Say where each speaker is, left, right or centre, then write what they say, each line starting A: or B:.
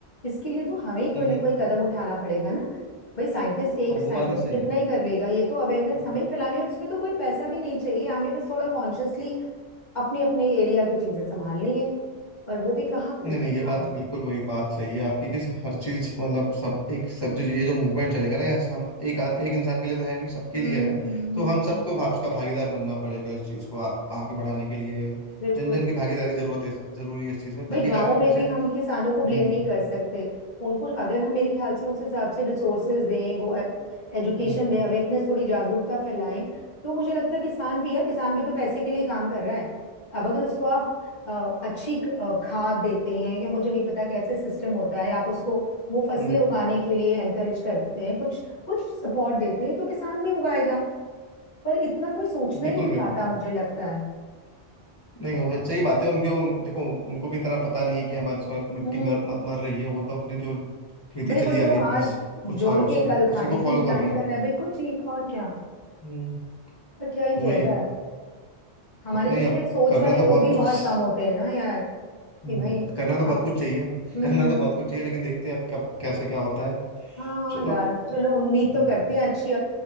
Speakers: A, on the left; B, on the left.
A: इसके लिए तो हमें ही कोई
B: हम्म
A: ना
B: हम्म,
A: कोई कदम उठाना पड़ेगा ना भाई साइंटिस्ट एक
B: हाँ, वो
A: साइंटिस्ट
B: बात भी सही
A: कितना ही कर लेगा ये तो अवेयरनेस
B: है
A: हमें ही फैलानी है और इसमें तो कोई पैसा भी नहीं चाहिए हमें बस थोड़ा कॉन्शियसली अपने अपने एरिया की चीजें संभालनी है पर वो भी कहाँ करते
B: नहीं नहीं ये
A: हैं
B: बात
A: हम
B: बिल्कुल वही बात सही है आपकी कि हर चीज मतलब सब एक सब जो ये जो मूवमेंट चलेगा ना ये हम एक एक इंसान के लिए तो है नहीं सबके
A: हम्म
B: लिए है तो
A: हम्म,
B: हम सबको भा, उसका भागीदार बनना पड़ेगा इस चीज को आ, आगे बढ़ाने के लिए
A: बिल्कुल
B: जन जन की भागीदारी जरूरत है जरूरी है इस चीज में
A: भाई
B: तभी
A: गांवों
B: जाके
A: में
B: जैसे
A: भी हम किसानों को ब्लेम
B: हम्म
A: नहीं कर सकते उनको अगर हम मेरे ख्याल से उस हिसाब से रिसोर्सेज दें वो एजुकेशन
B: हम्म
A: दें अवेयरनेस थोड़ी जागरूकता फैलाएं तो मुझे लगता है किसान भी यार किसान भी तो पैसे के लिए ही काम कर रहा है अब अगर उसको आप अ, अच्छी ख- अ, खाद देते हैं या मुझे नहीं पता कैसे सिस्टम होता है आप उसको वो फसलें
B: हम्म,
A: उगाने के लिए एनकरेज करते हैं कुछ कुछ सपोर्ट देते हैं तो किसान भी उगाएगा पर इतना कोई सोचना
B: बिल्कुल
A: ही नहीं
B: बिल्कुल
A: चाहता मुझे लगता है
B: नहीं हम सही बात है उनके उन, देखो उनको भी इतना पता नहीं है कि हमारी सॉइल- मिट्टी
A: हम्म
B: मर, मर मर रही है वो तो अपने जो खेती
A: भाई
B: चली
A: वो तो
B: आ रही है इतने
A: आज
B: स- कुछ
A: जोड़
B: सालों
A: के
B: से
A: कल
B: उसी
A: खाने
B: को
A: की
B: फॉलो
A: प्लान
B: कर रहे हैं
A: कर
B: वो लोग
A: रहा है बिल्कुल ठीक और क्या
B: हम्म,
A: पर क्या ही किया
B: वही
A: जाए
B: है
A: हमारे
B: नहीं
A: जैसे
B: अब
A: सोच
B: करना
A: वाले
B: तो
A: लोग
B: बहुत
A: भी
B: कुछ
A: बहुत कम होते हैं ना यार कि
B: हम्म,
A: भाई
B: करना तो बहुत
A: हाँ
B: कुछ चाहिए
A: हम्म
B: करना तो बहुत कुछ चाहिए लेकिन देखते हैं अब कब कैसा क्या होता है
A: हाँ
B: चलो
A: यार चलो उम्मीद
B: हम्म,
A: तो करते हैं अच्छी